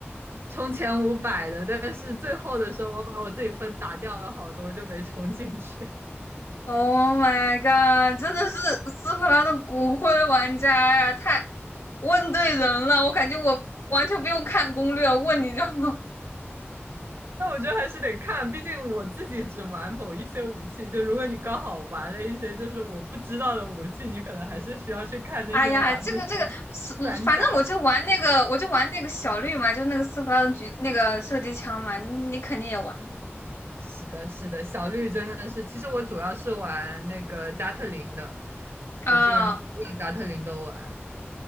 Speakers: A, on the right; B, on the left.
A: 充前五百的，但是最后的时候我把我自己分打掉了好多，就没充进去。
B: Oh my god！真的是斯普拉的骨灰玩家呀、啊太问对人了。我感觉我完全不用看攻略，问你就好。
A: <laughs> 但我觉得还是得看，毕竟我自己只玩某一些武器。就如果你刚好玩了一些就是我不知道的武器，你可能还是需要去看那些玩那些
B: 哎呀，这个这个，
A: 专家。
B: 反正我就玩那个，我就玩那个小绿嘛，就那个斯普拉的狙那个射击枪嘛，你你肯定也玩
A: 是的，是的，小绿真的是，其实我主要是玩那个加特林的，
B: 啊
A: 我基本上所有加特林都玩。